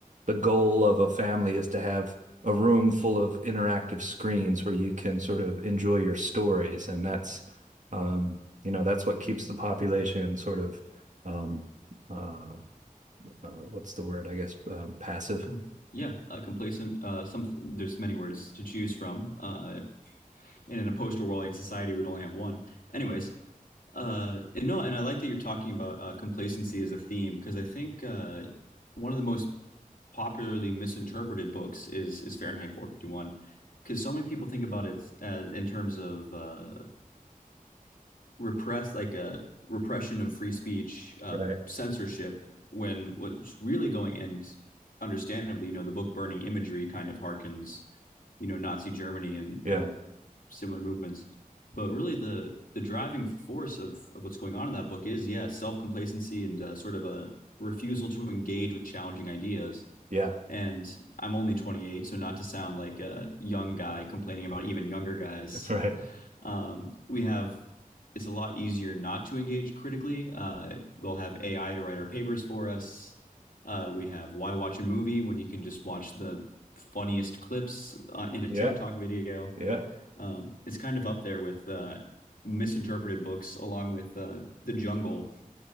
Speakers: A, on the right; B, on the left.
A: the goal of a family is to have a room full of interactive screens where you can sort of enjoy your stories, and that's um, you know that's what keeps the population sort of um, uh, uh, what's the word? I guess um, passive.
B: Com- Yeah, uh, complacent. Uh, some there's many words to choose from. Uh, and in a post-Orwellian society, we'd only have one. Anyways, uh, and no, and I like that you're talking about uh, complacency as a theme because I think uh, one of the most popularly misinterpreted books is is Fahrenheit 451 because so many people think about it as in terms of uh, repress like a repression of free speech, uh,
A: Right.
B: censorship. When what's really going and understandably, you know, the book burning imagery kind of harkens you know Nazi Germany and
A: Yeah.
B: and similar movements. But really, the the driving force of of what's going on in that book is yeah, self complacency and uh, sort of a refusal to engage with challenging ideas
A: Yeah.
B: and I'm only 28, so not to sound like a young guy complaining about even younger guys,
A: <laughs> Right.
B: um, we have it's a lot easier not to engage critically. Uh, we'll have AI to write our papers for us. Uh, we have why watch a movie when you can just watch the funniest clips uh, in a
A: Yeah.
B: TikTok video.
A: Yeah.
B: Um, it's kind of up there with uh, misinterpreted books, along with uh, The Jungle